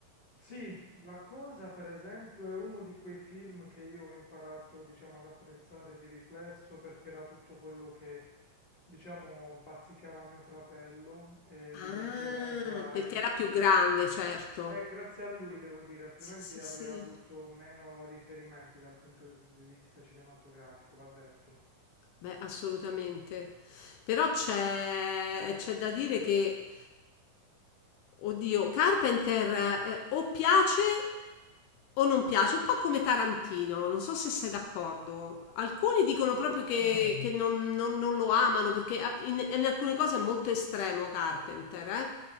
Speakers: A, on the left (about 20°); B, on the left (about 75°).
A: Sì, La Cosa per esempio è uno di quei film che io ho imparato, diciamo, ad apprezzare di riflesso perché era tutto quello che, diciamo, bazzicava mio fratello e di
B: Ah,
A: conseguenza,
B: perché
A: vedi,
B: era più grande, certo.
A: è grazie a lui devo dire, altrimenti
B: Sì, sì,
A: avrei
B: sì.
A: avuto meno riferimenti dal punto di vista cinematografico, va detto.
B: Beh, assolutamente. Però c'è c'è da dire che, oddio, Carpenter eh, o piace o non piace, un po' come Tarantino, non so se sei d'accordo. Alcuni dicono proprio
A: Non lo
B: che,
A: so.
B: che non, non- non lo amano perché a- in, in alcune cose è molto estremo Carpenter, eh?